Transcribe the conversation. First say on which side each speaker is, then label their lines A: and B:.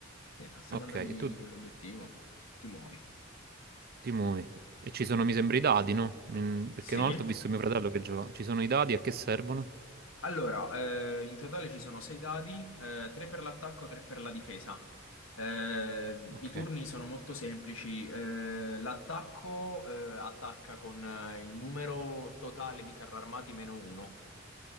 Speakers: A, on the left; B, on the right.
A: Sì, a seconda
B: Ok, e
A: di,
B: tu
A: di quell'obiettivo ti muovi.
B: Timui. E ci sono, mi sembra, i dadi, no? Mm, Perché
A: Sì,
B: una volta ho visto mio fratello che giocava. Ci sono i dadi a che servono?
A: Allora, eh, in totale ci sono sei dadi, eh, tre per l'attacco, tre per la difesa. Eh,
B: Ok,
A: i turni sono molto semplici. eh, l'attacco, eh, attacca con eh, il numero totale di carri armati meno uno.